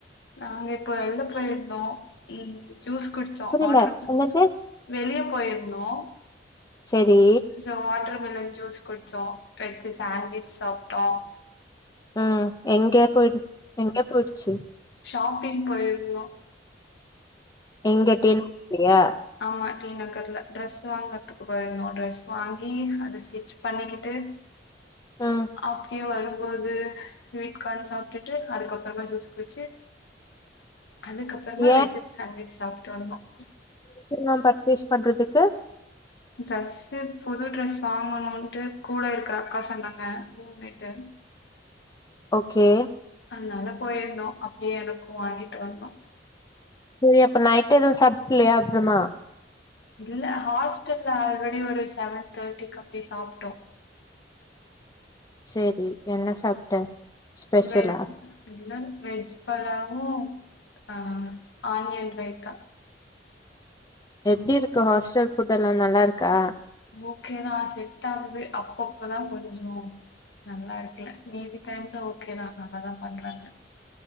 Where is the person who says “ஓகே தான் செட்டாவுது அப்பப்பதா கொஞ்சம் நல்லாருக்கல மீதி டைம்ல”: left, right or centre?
Left